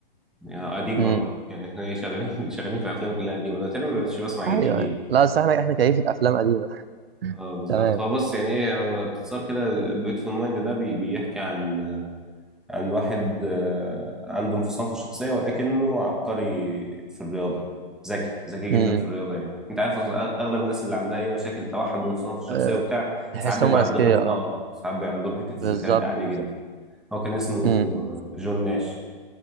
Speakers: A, in the centre; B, on the right.
A: يعني قديم
B: امم
A: برضو يعني احنا ايه شغالين <laughs> شغالين في افلام كلها قديمه انا تقريبا ما بقتش بسمع جديد
B: ايوه
A: يعني
B: يعني. لا بس احنا احنا كيفة افلام قديمه
A: اه
B: <laughs>
A: بالظبط
B: تمام
A: هو بص يعني ايه هو باختصار كده بيوتيفول مايند ده بي- بيحكي عن عن واحد آه، عنده انفصام في الشخصية ولكنه عبقري في الرياضة ذكي ذكي
B: امم
A: جدا في الرياضة يعني انت عارف أصلاً اغلب الناس اللي عندها اي مشاكل توحد وانفصام في الشخصية
B: أه،
A: وبتاع
B: تحس
A: ساعات بيبقى
B: هم اذكياء
A: عندهم
B: اه
A: اه ساعات بيبقى عندهم حتة الذكاء
B: بالظبط
A: دي عالية
B: بالظبط
A: جدا هو كان اسمه
B: امم أمم.
A: آه، جون ناش